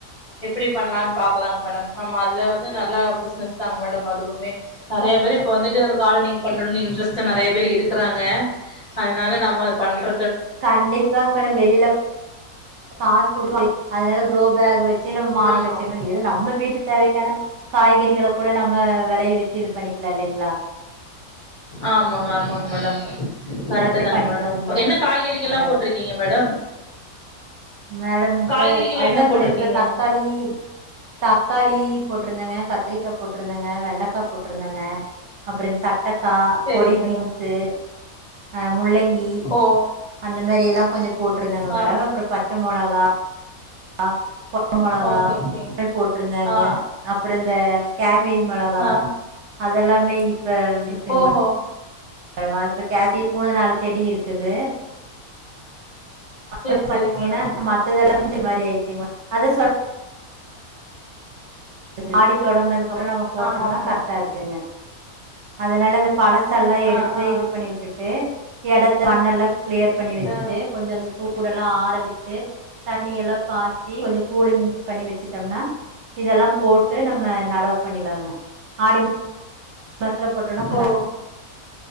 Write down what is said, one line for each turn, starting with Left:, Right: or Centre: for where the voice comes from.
Left: எப்டி பண்ணலான்னு பாக்கலாங்க மேடம் ஆ அது வந்துந்து நல்ல பிசினஸ் தாங்க மேடம் அதுவுமே நெறைய பேர் இப்ப வந்துட்டு இரு காரனிங் பண்றோனு இன்ட்ரெஸ்ட நெறைய பேர் இருக்கறாங்க அதனால நம்ம பண்ற
Right: கண்டிப்பா மேடம் வெளியில காசு குடு அதனால குரோ பேக் வச் சின்ன மாடில
Left: ஆமா
Right: வச்சன
Left: ஆமா
Right: எது நம்ம வீட்டு தேவைக்கான காய்கறிகள கூட நம்ம வெலைய வச்சு இது பண்ணிக்கலா இல்லைங்க
Left: ஆமாங்க ஆமாங்க மேடம் கரெக்ட்டு
Right: மாதிரி
Left: தாங்க
Right: பண்ணிக்கலாங்க
Left: மேடம் என்ன காய்கறிகள்லா
Right: மேடம்
Left: போட்ருக்கீங்க மேடம்
Right: மேடம் இப்ப
Left: காய்கறிகள்லா
Right: அதுதாங்க
Left: என்ன போட்டிருக்கீங்க
Right: மேடம் இப்ப தக்காளி தக்கா ளி போட்ருந்தங்க கத்திரிக்கா போட்ருந்தங்க வெண்டைக்கா போட்ருந்தங்க அப்புற த மட்டக்கா
Left: சேரிங்க
Right: கொடி
Left: மேடம்
Right: பீன்ஸ்சு அ முள்ளங்கி
Left: ஓ
Right: அந்த மாரி எல்லா கொஞ்ச போட்ருந்தங்க
Left: ஆ
Right: மேடம் அப்புற பச்ச மொளகா கா கொ மொளகா
Left: ஓகே
Right: எல்லா
Left: ஓகேங்க
Right: போட்ருந்தாங்க
Left: ஆ
Right: அப்பற இந்த வேரி மொளகா
Left: ஆ
Right: அதெல்லாமே இப்ப இருக்குங்க
Left: ஓஹோ
Right: அப்புறமா இப்ப கேசி மூணு நாலு செடி இருக்குது அப்பற
Left: சேரி சேரிங்க
Right: பாத்தீங்கன்னா
Left: மேடம்
Right: மத்ததெல்லாமே இது மாரி ஆயிருச்சீங் மே அத சொ மாடி தொடங்குனதுக்குப்புற நம்ம போட்டோம்னா
Left: ஆமா ஆமா
Right: கரெக்டா இருக்குங்க அதனால அந்த பழசல்லா எடுத்
Left: ஆ
Right: து
Left: ஆ
Right: இது பண்ணி விட்டுட்டு எடத்து மண்ணல்லா கிளியர் பன்னி வச்சட்டு
Left: ஆ
Right: கொஞ் அந்த சூடெல்லா ஆர விட் ட்டு தண்ணிய எல்லா பாய்ச்சி கொஞ்ச கூலிங் பண்ணி வச்சு ட்டம்னா இதெல்லா போட்டு நம்ம நடவு பண்ணிடலாம்ங்க ஆடி மா மாத்தல போட்டோ நா கொஞ்ச
Left: ஓ